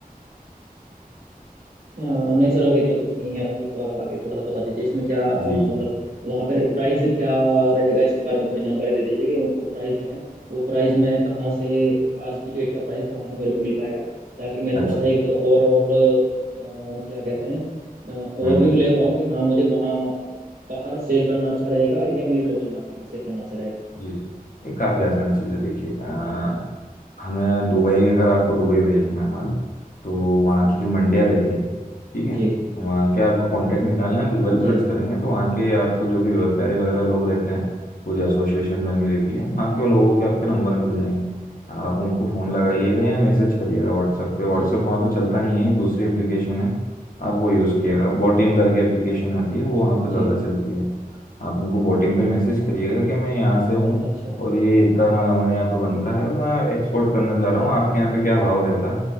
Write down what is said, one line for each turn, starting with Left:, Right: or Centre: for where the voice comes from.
Right: अ, नहीं सर अभी तो कुछ नहीं है अभी तो आप आगे थोड़ा सा बता दीजिए इसमें क्या अ,
Left: जी जी
Right: मतलब वहाँ पर प्राइस क्या रहेगा इसके बारे में थोड़ी जानकारी दे दीजिए कि वो, वो प्राइस जो है वो प्राइस मैं कहाँ से आज की डेट का प्राइस कहाँ से मेरे को मिल पाएगा ताकि मैं थोड़ा
Left: अच्छा
Right: सा एक ओवरऑल क्या कहते हैं ओवरव्यू
Left: हम्म हम्म
Right: ले पाऊँ कि हाँ मुझे वहाँ बाहर सेल करना अच्छा रहेगा या मेरी लोकल मार्केट में सेल करना अच्छा रहेगा
Left: जी जी ये काफ़ी आसान चीज़ है देखिए अ, हमें दुबई अगर आपको दुबई भेजना है माल तो वहाँ की जो मंडियाँ रहती हैं ठीक है
Right: जी
Left: वहाँ के आपको कांटेक्ट निकालना है गूगल
Right: जी
Left: सर्च करेंगे तो वहाँ के आपको जो भी व्यापारी वगैरह लोग रहते हैं पूरी एसोसिएशन बनी रहती है वहाँ के लोगों के आपके नंबर मिल जाएंगे आप उनको फ़ोन लगाइएगा
Right: जी
Left: या मैसेज करिएगा व्हाट्सएप पे व्हाट्सएप
Right: ठीक है
Left: वहाँ पे चलता नहीं है एक दूसरी एप्लीकेशन है आप वो यूज़ किएगा बोटिम करके एप्लीकेशन आती है वो वहाँ पे ज़्यादा
Right: जी
Left: चलती है आप उनको बोटिम पे मैसेज करिएगा कि मैं यहाँ से हूँ
Right: अच्छा
Left: और ये इतना माल हमारे यहाँ पे बनता है मैं एक्सपोर्ट करना चाह रहा हूँ आपके यहाँ पे क्या भाव रहता है